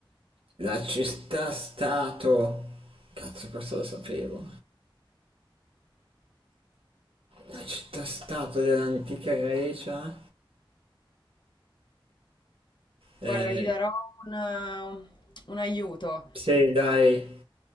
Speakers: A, on the right; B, on the left.
A: la città stato. Cazzo, questo lo sapevo. La città stato dell'antica Grecia. Eh,
B: Guarda, ti darò una- un aiuto.
A: sì, dai.